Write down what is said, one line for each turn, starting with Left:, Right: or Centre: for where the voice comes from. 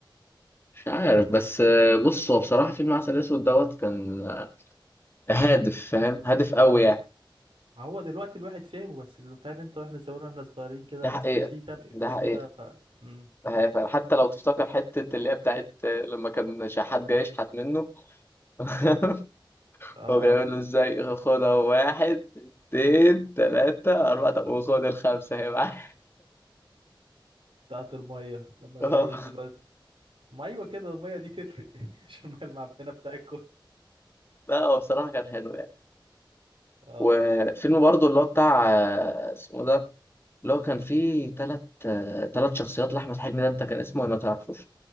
Left: مش عارف بس آه، بص هو بصراحة فيلم عسل أسود دوت كان هادف فاهم هادف قوي يعني
Right: ما هو دلوقتي الواحد فاهمه بس اللي فاهم انت واحنا زمان واحنا صغيرين كده
Left: ده حقيقة
Right: في كام افيه
Left: ده حقيقة
Right: كده ف مم.
Left: ده حقيقة فعلا. حتى لو تفتكر حتة اللي هي بتاعت لما كان شحات جاي يشحت منه <laughs>
Right: اه
Left: هو بيعمل له ازاي خدها واحد اتنين تلاتة أربعة طب وخد الخمسة هي معاك
Right: بتاعت الميه لما
Left: <laughs>
Right: كان
Left: اه.
Right: بيودي الواد ما ايوه كده الميه دي تفرق <laughs> مش الميه المعفنه بتاعتكم
Left: لا هو بصراحة كان حلو يعني
Right: اه
Left: وفيلم برضه اللي هو بتاع اسمه ده اللي هو كان فيه تلات تلات شخصيات لأحمد حلمي ده أنت كان اسمه إيه ما تعرفوش